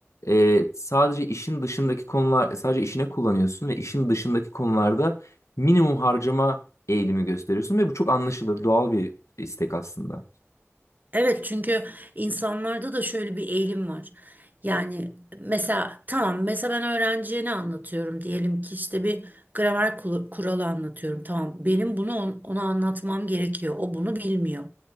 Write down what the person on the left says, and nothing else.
e, sadece işin dışındaki konular e, sadece işine kullanıyorsun ve işin dışındaki konularda minimum harcama eğilimi gösteriyorsun ve bu çok anlaşılır doğal bir istek aslında.